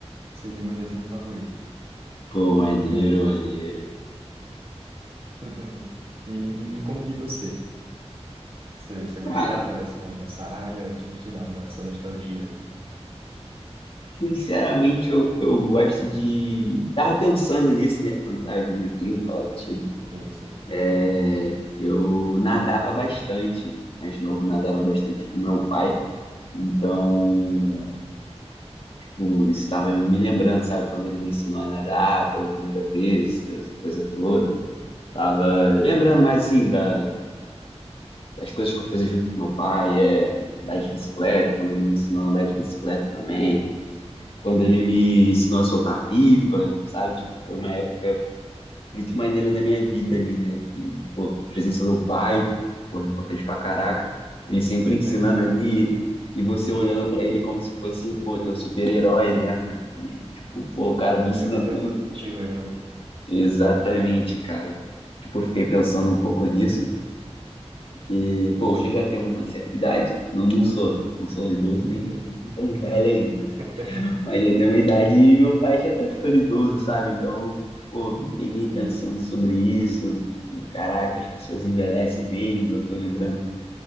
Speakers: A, on the right; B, on the left.
A: seria meu desenho favorito.
B: Pô, maneiro,
A: Minha.
B: maneiro.
A: <laughs> E, e, e, como- e você? Você, você gostava
B: Cara,
A: dessa, dessa área? O que que te dava essa nostalgia?
B: sinceramente, eu, eu gosto de. Tava pensando nisso, né? Quando tava vindo aqui falar contigo.
A: Sim, sim.
B: É, eu nadava bastante, mais novo, nadava bastante com meu pai. Então,
A: Legal,
B: tipo, isso estava me lembrando, sabe? Quando ele me ensinou a nadar pela primeira vez, essa coisa toda. Tava lembrando mais, assim, da, as coisas que eu fiz junto com meu pai é andar de bicicleta, quando ele me ensinou a andar de bicicleta também, quando ele me ensinou a soltar pipa, sabe? Tipo, foi uma época muito maneira da minha vida ali, né? Que, pô, a presença do pai, pô, importante pra caraca. Ele sempre ensinando
A: legal.
B: ali e você olhando pra ele como se fosse, pô, teu super-herói, né? E, tipo, pô, o cara me
A: Memórias
B: ensina tudo.
A: afetivas, né?
B: Exatamente,
A: É.
B: cara. Tipo, eu fiquei pensando um pouco nisso Porque, pô, hoje eu já tenho uma certa idade, não, não sou, não sou idoso nem, nem tão velho ainda, né?
A: <laughs>
B: Mas já tenho uma idade e meu pai já tá ficando idoso, sabe? Então, pô, me peguei
A: Sim,
B: pensando sobre isso, tipo, caraca, as pessoas envelhecem mesmo, eu tô lembrando